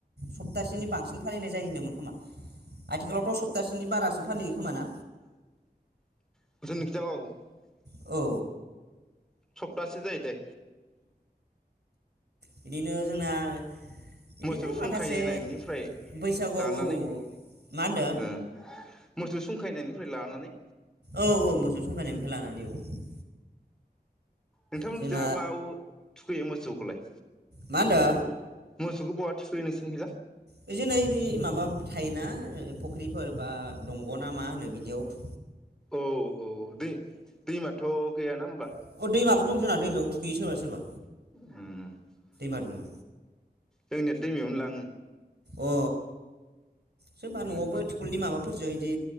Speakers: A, on the right (about 85°); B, in the centre.
A: सप्तासेनि बांसिन फालिनाय जायो होनदोंमोन खोमा आथिखालावथ सप्तासेनि बारासो फालियो खोमा ना खोमा ना?
B: <unintelligible>
A: औ
B: सप्तासे जायो दे
A: बिदिनो जोंना बिदिनो
B: मोसौ सुंखायनायनिफ्राय
A: माखासे बैसागुआव
B: लानानै
A: औ औ मा होनो
B: ओ मोसौ संखायनायनिफ्राय लानानै
A: औ औ मोसौ संखाजनिफ्राय लानानै औ
B: नोंथांमोनथिया
A: जोंना
B: माव थुखैयो मोसौखौलाय
A: मा होनदो
B: मोसौखौ बहा थिखै नोंसोंखिजा
A: बिदिनोनि <unintelligible> माबा थायोना ओ फुख्रिफोर बा दंगना मा होनो बिदियाव थु
B: औ औ दै-दैमाथ गैयाना होब्ला
A: अ दैमाबो दं जोंना दैमायाव थुखैयो सोरबा सोरबा
B: उम
A: दङो
B: जोंनिया दैमायावनो लाङो
A: अ सोरबा
B: उम
A: नआवबो थिखलनि माबाफोरजों बिदि